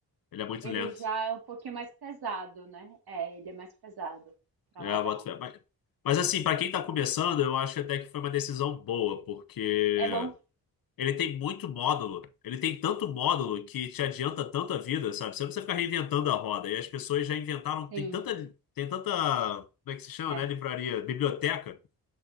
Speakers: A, on the left; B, on the right.
A: Ele é muito
B: ele
A: lento.
B: já é um pouquinho mais pesado, né? É, ele é mais pesado para
A: É,
B: rodar.
A: eu boto fé. Mas, mas assim, pra quem tá começando, eu acho até que foi uma decisão boa, porque
B: É bom?
A: Ele tem muito módulo. Ele tem tanto módulo que te adianta tanto a vida, sabe? Você não precisa ficar reinventando a roda. E as pessoas já inventaram.
B: Sim,
A: Tem tanta. Tem tanta. Como é que se chama,
B: é.
A: né? Livraria, biblioteca.